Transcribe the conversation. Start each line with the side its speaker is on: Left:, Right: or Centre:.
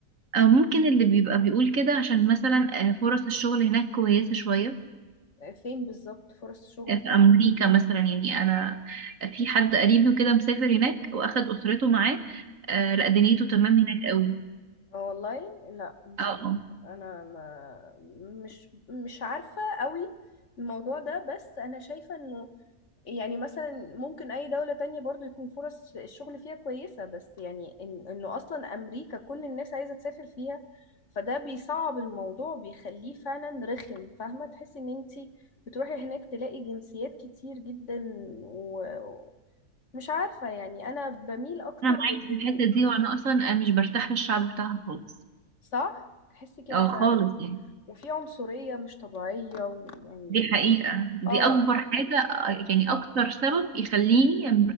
Right: أو ممكن اللي بيبقى بيقول كده عشان مثلا آه، فرص الشغل هناك كويسة شوية
Left: آه، فين بالظبط فرص الشغل
Right: في
Left: فين
Right: امريكا مثلا يعني انا في حد قريبي وكده مسافر هناك واخد اسرته معاه آه لا دنيته تمام هناك قوي
Left: آه، والله لا مش
Right: اه
Left: عارفة.
Right: اه
Left: انا ما مش مش عارفة قوي الموضوع ده بس انا شايفة انه يعني مثلا ممكن اي دولة تانية برضو يكون فرص الشغل فيها كويسة بس يعني إن انه اصلا امريكا كل الناس عايزة تسافر فيها فده بيصعب الموضوع بيخليه فعلا رخم فاهمة تحسي ان انتي بتروحي هناك تلاقي جنسيات كتير جدا و- ومش عارفة يعني انا بميل اكتر
Right: انا معاك
Left: للهدوء
Right: في الحته دي وانا اصلا مش برتاح للشعب بتاعها خالص
Left: صح تحسي كده
Right: اه
Left: فعلا
Right: خالص يعني
Left: وفي عنصرية مش طبيعية ويعني
Right: دي حقيقه دي
Left: اه
Right: اكبر حاجه آه، يعني اكتر سبب يخليني آه،